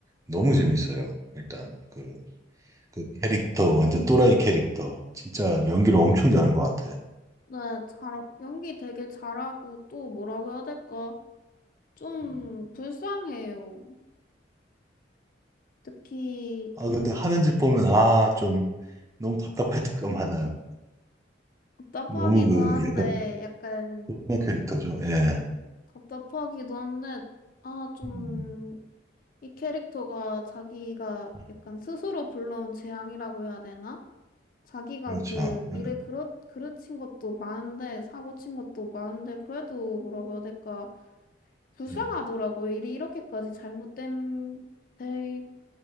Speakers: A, on the right; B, on the left.
A: 너무 재밌어요. 일단 그, 그 캐릭터 완전 또라이 캐릭터. 진짜 연기를 엄청 잘한 것 같아.
B: 네, 잘 연기 되게 잘하고 또 뭐라고 해야 될까? 좀
A: 음.
B: 불쌍해요. 특히
A: 아,
B: 그
A: 근데 하는 짓 보면 아, 좀 너무 답답할 때가 많아요.
B: 답답하기도
A: 너무 그
B: 한데,
A: 약간
B: 약간
A: 도그마 캐릭터죠. 예.
B: 답답하기도 한데, 아, 좀,
A: 음,
B: 이 캐릭터가 자기가
A: 음, 음.
B: 약간 스스로 불러온 재앙이라고 해야 되나? 자기가
A: 그렇죠.
B: 그
A: 예,
B: 일에 그르, 그르친 것도 많은데, 사고 친 것도 많은데, 그래도 뭐라고 해야 될까? 불쌍하더라고요.
A: 예.
B: 일이 이렇게까지 잘못된, 될